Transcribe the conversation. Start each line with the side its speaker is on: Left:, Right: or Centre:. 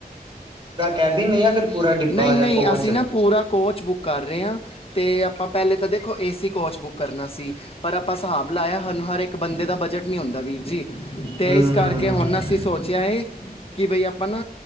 Left: ਅੱਛਾ
Right: ਕੈਬਿਨ
Left: ਪੂਰਾ ਕਹਿਦੀ
Right: ਜਾਂ ਫਿਰ
Left: ਨਹੀਂ
Right: ਪੂਰਾ
Left: ਅਗਰ
Right: ਡਿੱਬਾ
Left: ਨਹੀਂ
Right: ਜਾਂ
Left: ਨਹੀਂ
Right: ਕੋਚ
Left: ਅਸੀਂ ਨਾ ਪੂਰਾਂ ਕੋਚ ਬੁੱਕ ਕਰ ਰਹੇ ਹਾਂ ਅਤੇ ਆਪਾਂ ਪਹਿਲੇ ਤਾਂ ਦੇਖੋ ਏ ਸੀ ਕੋਚ ਬੁੱਕ ਕਰਨਾ ਸੀ ਪਰ ਆਪਾਂ ਹਿਸਾਬ ਲਾਇਆ ਸਾਨੂੰ ਹਰ ਇੱਕ ਬੰਦੇ ਦਾ ਬਜਟ ਨਹੀਂ ਹੁੰਦਾ ਵੀਰ ਜੀ ਤੇ
Right: ਹੂੰ
Left: ਇਸ ਕਰਕੇ
Right: ਹੂੰ
Left: ਹੁਣ ਅਸੀਂ ਸੋਚ ਕਿ ਬਈ ਆਪਾਂ ਨਾ